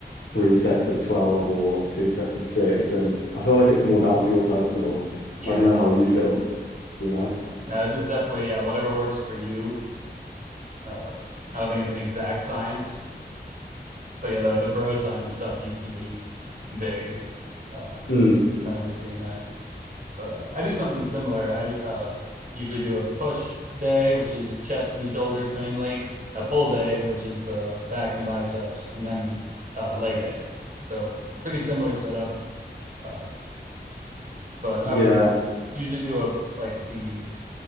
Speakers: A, on the left; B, on the right.
A: three sets of 12 or two sets of six. And I feel like it's more down to your personal.
B: Yeah.
A: I don't know how you feel, you know?
B: No, it's definitely yeah, whatever works for you. Uh, I don't think it's an exact science, but yeah, the the bro science stuff used to be big. Uh,
A: Mm,
B: I remember seeing that. But uh, I do something similar. I uh, usually do a push day, which is chest and shoulders mainly, a pull day, which is the back and biceps, and then uh, leg day. So pretty similar setup. Uh, but
A: yeah.
B: I would usually do a like the